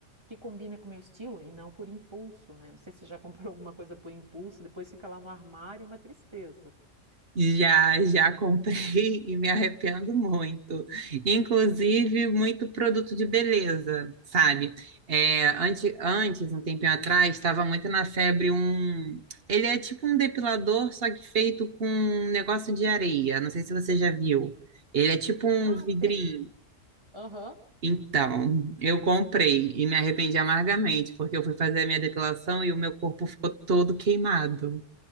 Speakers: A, on the right; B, on the right.
A: que combina com o meu estilo e não por impulso, né? Não sei se você já comprou <laughs> alguma coisa por impulso, depois fica lá no armário, uma tristeza.
B: Já, já comprei <laughs> e me arrependo muito. Inclusive,
A: Pois é.
B: muito produto de beleza, sabe? É, antes, antes, um tempinho atrás, estava muito na febre um. Ele é tipo um depilador, só que feito com um negócio de areia. Não sei se você já viu. Ele é tipo um
A: Ah,
B: vidrinho.
A: sei. Aham.
B: Então, eu comprei e me arrependi amargamente, porque eu fui fazer a minha depilação e o meu corpo ficou todo queimado.